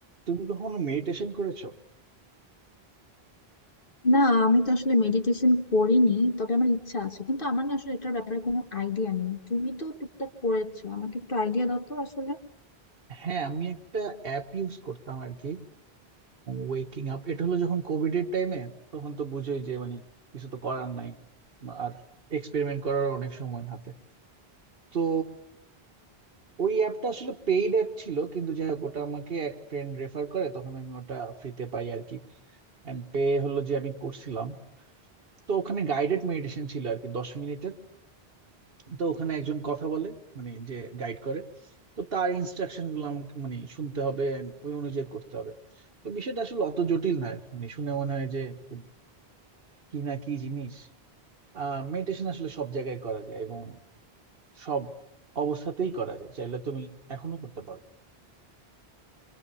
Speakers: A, on the right; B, on the left.
A: তুমি কখনো মেডিটেশন করেছো
B: না আমি তো আসলে মেডিটেশন করিনি তবে আমার ইচ্ছা আছে কিন্তু আমার না আসলে এটার ব্যাপারে কোনো আইডিয়া নেই তুমি তো টুকটাক করেছো আমাকে একটু আইডিয়া দাও তো আসলে
A: হ্যাঁ আমি একটা অ্যাপ ইউজ করতাম আর কি ওয়েকিং আপ এটা হলো যখন কোভিড এর টাইমে তখন তো বুঝোই যে মানে কিছু তো করার নাই বা আর এক্সপেরিমেন্ট করার অনেক সময় হাতে তো ওই অ্যাপটা আসলে পেইড অ্যাপ ছিল কিন্তু যাই হোক ওটা আমাকে এক ফ্রেন্ড রেফার করে তখন আমি ওটা ফ্রিতে পাই আর কি অ্যান্ড পে হলো যে আমি করছিলাম তো ওখানে গাইডেড মেডিটেশন ছিল আর কি দশ মিনিটের তো ওখানে একজন কথা বলে মানে যে গাইড করে তো তার ইনস্ট্রাকশন গুলো আমাকে মানে শুনতে হবে and ওই অনুযায়ী করতে হবে তো বিষয়টা আসলে অত জটিল না আর কি। মানে শুনে মনে হয় যে খুব কি না কি জিনিস আহ মেডিটেশন আসলে সব জায়গায় করা যায় এবং সব অবস্থাতেই করা যায় চাইলে তুমি এখনো করতে পারো